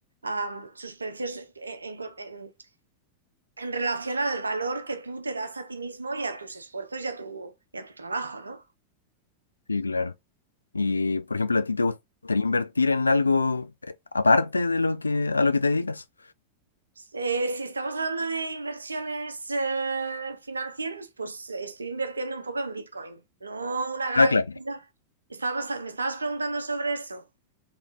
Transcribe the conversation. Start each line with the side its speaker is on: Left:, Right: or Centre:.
Right: um, sus precios en, en, en, relación al valor que tú te das a ti mismo y a tus esfuerzos y a tu, y a tu trabajo, ¿no?
Left: Sí, claro. Y por ejemplo, ¿a ti te gustaría invertir en algo eh, aparte de lo que a lo que te dedicas?
Right: Eh, si estamos hablando de inversiones eh, financieras, pues estoy invirtiendo un poco en Bitcoin, no una gran...
Left: Ah, claro.
Right: cantidad. Estabas, me estabas preguntando sobre eso.